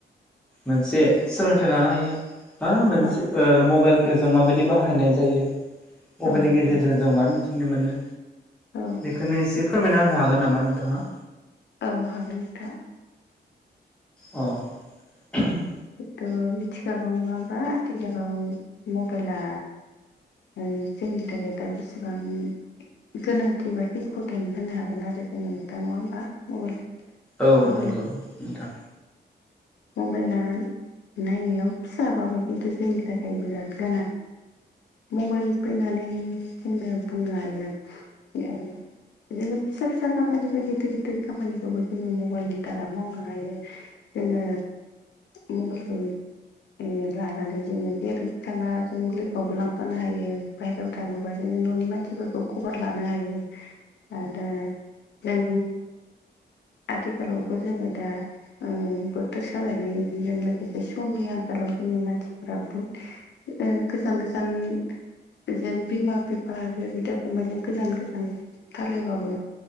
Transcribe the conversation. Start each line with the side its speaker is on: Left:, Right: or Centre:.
Centre: मोनसे सोलोंथाइ लानो हायो बा मोनसे
Left: औ
Centre: ओ मबाइल खो जों माबायदि बाहायनाय जायो मबाइलनि
Left: औ
Centre: गेजेरजों
Left: औ
Centre: जों मा मिथिनो मोनो
Left: औ
Centre: बेखोनो एसे फोरमायना होनो हागोन नामा नोंथाङा।
Left: औ हागोन नोंथां।
Centre: अ <unintelligible>
Left: जिहेथु मिथिखागौ नङा होमबा आथिखालाव मबाइला ओ जोंनि थाखाय दा बेसेबां गोनांथि बा इम्परटेन्ट होननो हागोन आरो जोङो नोंथां नङा होमबा मबाइल
Centre: औ
Left: मबाइल
Centre: नंगौ नोंथां
Left: मबाइला नायनायाव फिसाबाबो खिन्थु जोंनि थाखाय बिराद गोनां। मबाइल फैनानै जोङो बुंनो हायो <unintelligible> जोङो फिसा फिसा खामानि बा गिदिर गिदिर खामानिखौबो जोङो मबाइलनि दारा मावनो हायो‌ जोंङो मबयलखौ ओ लानानै जोङो जेर'ख थाङाजों लोगोआवबो लांफानो हायो बायेरायाव थाङोबा जोङो न'नि मानसिफोरखौ खबर लानो हायो। आरो जों आथिखालावथ' जोङो दा ओ बोथोर सालायनायजों लोगोसे समनि आंखालाव जोङो मानसिफोरा बहुद ओ गोजान गोजान जेन बिमा बिफा आरो बिदा फंबबायजों गोजान गोजान थालायबाबो